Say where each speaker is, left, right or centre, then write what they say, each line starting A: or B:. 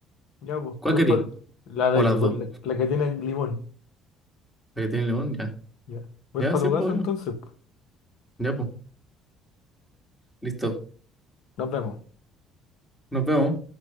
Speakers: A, on the left (about 70°); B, in the centre.
A: Ya, pues,
B: ¿Cuál
A: voy
B: querí?
A: para la de
B: O las dos.
A: la, la que tiene limón.
B: La que tiene limón, ya.
A: Ya. Voy
B: Ya,
A: para
B: sí,
A: tu
B: pues,
A: casa entonces.
B: bueno.
A: pues.
B: ya, pues. Listo.
A: Nos vemos.
B: Nos vemos.